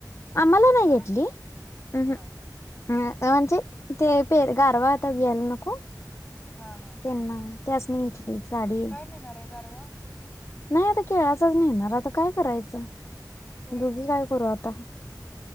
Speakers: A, on the left; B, on the left.
A: आम्हाला
B: लग्नाला
A: नाही घेतली अ
B: हा
A: ह म्हणचे ते परग अर्वाता घायला नको.
B: हा हा
A: त्याच नाही घेतली साडी.
B: काय नेणार आहे गारवा
A: नाही आता केळाचाच नाहीणार आता काय करायचं
B: होय
A: दोघी
B: होय
A: काय करू आता